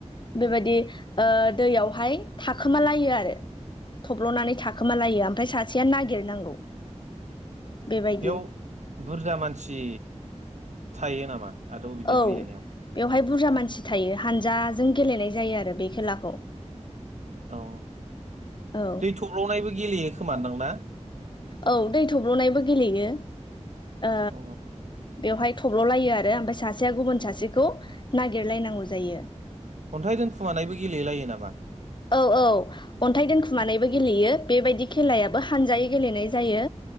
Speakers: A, on the left (about 40°); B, on the right (about 75°).
A: बेबायदि ओ दैयावहाय थाखोमालायो आरो थब्ल'नानै थाखोमालायो ओमफ्राय सासेया नागिरनांगौ बेबायदि
B: बेयाव बुरजा मानसि थायो नामा? आद' बिद'
A: औ
B: गेलनायाव
A: बेवहाय बुरजा मानसि थायो हानजाजों गेलेनाय जायो आरो बे खेलाखौ
B: औ
A: औ
B: दै थब्ल'नायबो गेलेयो खोमा दां ना?
A: औ दै थब्ल'नायबो गेलेयो। ओ
B: अ
A: बेवहाय थब्ल'लायो आरो ओमफ्राय सासेया गुबुन सासेखौ नागिरलायनांगौ जायो।
B: अन्थाइ दोनखुमानायबो गेलेेलायो नामा?
A: औ औ अन्थाइ दोनखुमानानैबो गेलेयो बेबायदि खेलायाबो हानजायै गेलेनाय जायो